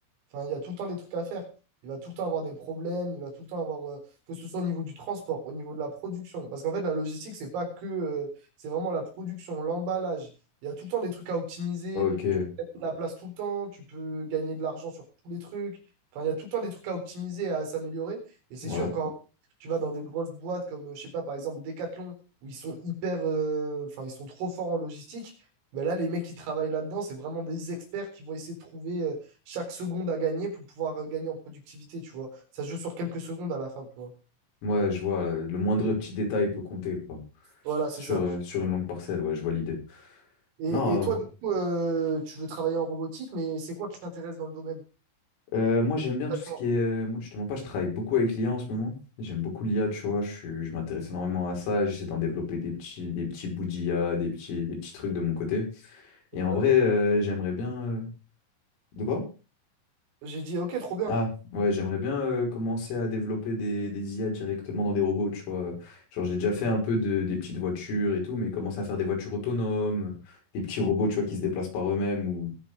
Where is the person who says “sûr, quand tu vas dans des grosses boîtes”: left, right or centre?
Right